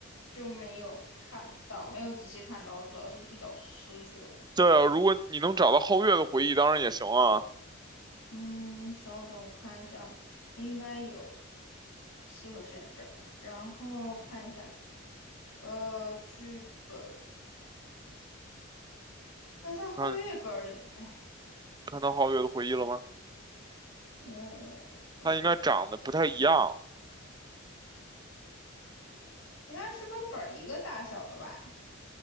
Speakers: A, on the left; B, on the right.
A: 就没有看到，没有仔细看到，我主要是去找诗诗去了。
B: 对啊，如果你能找到皓月的回忆，当然也行啊。
A: 嗯，稍等，我看一下，应该有西河饰演这儿，然后看一下，呃，剧本，那在皓月本儿里面，
B: 看看到皓月的回忆了吗？
A: 呃，都
B: 他应该长得不太一样，
A: 应该是跟本儿一个大小的吧？